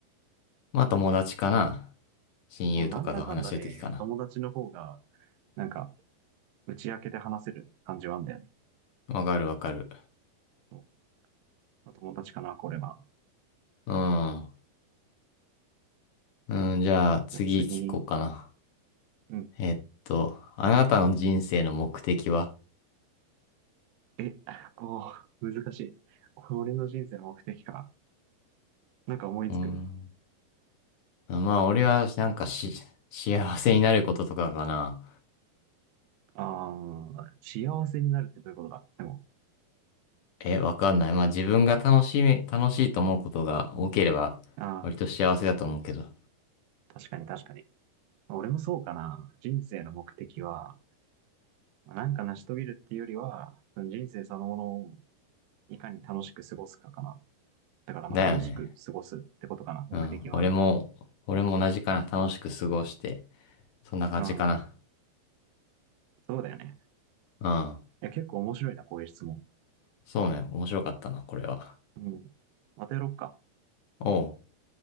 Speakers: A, on the left; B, on the right.
A: まあ友達かな。親友とかと話してる時かな。
B: そうなんだかんだね、友達の方が、なんか、打ち明けて話せる感じはあんだよね。
A: わかるわかる。
B: そうまあ友達かな、これは。
A: うん。うん、じゃあ次聞こうかな。
B: じゃあ次、うん。
A: えっと、あなたの人生の目的は
B: え、おー、難しい。俺の人生の目的か。なんか思いつく。
A: うんまあ、俺は、なんかし、幸せになることとかかな。
B: ああ幸せになるってどういうことだでも、
A: え、わかんない。まあ、自分が楽しみ、楽しいと思うことが多ければ、
B: ああ
A: 割と幸せだと思うけど。
B: 確かに確かに。俺もそうかな。人生の目的は、なんか成し遂げるっていうよりは、人生そのものをいかに楽しく過ごすかかな。だからまあ楽しく過ごすってことかな、
A: だよね。
B: 目的は。
A: うん。俺も、俺も同じかな。楽しく過ごして。そんな感じかな。
B: うん。そうだよね。
A: うん。
B: いや、結構面白いな、こういう質問。
A: そうね。面白かったな、これは。
B: うん。またやろっか。
A: おう。